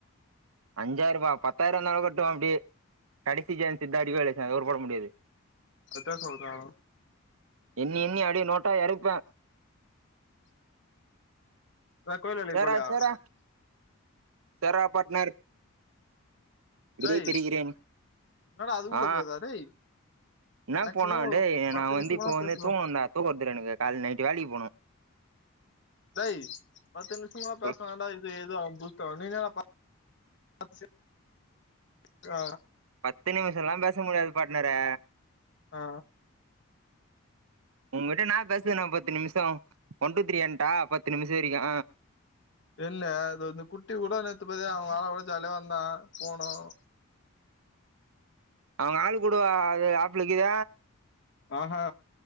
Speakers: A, on the right; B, on the left.
A: அஞ்சாயிர ரூபா பத்தாயிர இருந்தாலு கட்டுவா அப்டி கடைசி சான்ஸ்ஸு தா ரீவால்யூவேஷன் அதுக்கப்பறோ போட முடியாது
B: அத்த சொல்றாலா
A: எண்ணி எண்ணி அப்டியே நோட்டா எறைப்பே
B: நா கோயில் வேலைக்கு
A: சேரா
B: போலயா
A: சேரா செர்ரா பாட்னர் விடை
B: டேய்
A: பெறுகிறே
B: என்னடா அதுக்குள்ள
A: ஆ
B: போகுதா டேய்
A: என்ன
B: மேக்சிமம்
A: போனா
B: ஒரு
A: டேய்
B: பத்து
A: நா
B: நிமிஷமாவது
A: வந்து இப்போ வந்து
B: பேசலா
A: தூங்குன்டா தூக்க வர்து டா எனக்கு கால் நைட்டு வேலைக்கி போனு
B: டேய் பத்து நிம்ஷமா
A: சொல்
B: பேசின தாண்ட இது எதோ <unintelligible> <inaudible> நீ தான பாத்து சேத்து
A: பத்து நிமிஷோல்லா பேச முடியாது பாட்னரே
B: ஆ
A: உங்கிட்ட என்னா பேசது நா பத்து நிமிஷோ ஒன் டூ த்ரீ எண்ட்டா பத்து நிமிஷ வரைக்கு
B: என்ன அது வந்து குட்டி கூட நேத்து பாத்தயா அவ <unintelligible> ஜாலியா வந்தா போனோ
A: அவுங்க ஆளு கூடவா அது ஆப்ளக்கீது
B: ஆஹா